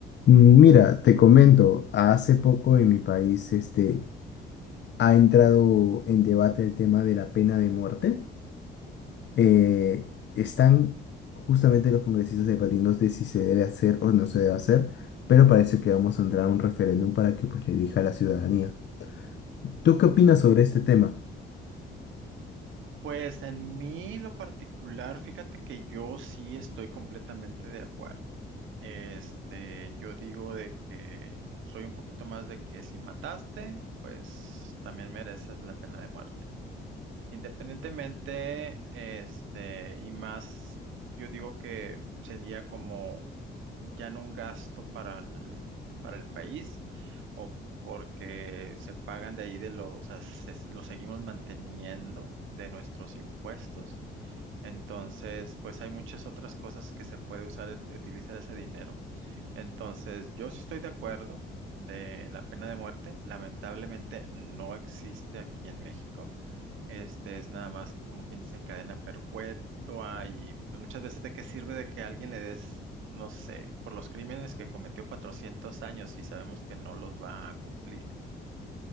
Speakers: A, on the left; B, on the right.
A: Mm, Mira, te comento, hace poco en mi país este, ha entrado en debate el tema de la pena de muerte. Eh, están justamente los congresistas debatiendo de si se debe hacer o no se debe hacer, pero parece que vamos a entrar a un referéndum para que pues, le elija a la ciudadanía. ¿Tú qué opinas sobre este tema?
B: Pues en mí lo particular, fíjate que yo sí estoy completamente de acuerdo. Este, yo digo de que soy un poquito más de que si mataste, pues también mereces la pena de muerte. Independientemente, este, y más, yo digo que sería como ya no un gasto para el, para el país o porque se pagan de ahí de los, o sea, se- lo seguimos manteniendo de nuestros impuestos. Entonces, pues hay muchas otras cosas que se puede usar, e- utilizar ese dinero. Entonces, yo sí estoy de acuerdo de la pena de muerte. Lamentablemente no existe aquí en México. Este es nada más como quien dice cadena perpetua y pues muchas veces de qué sirve de que a alguien le des, no sé, por los crímenes que cometió 400 años y sabemos que no los va a cumplir.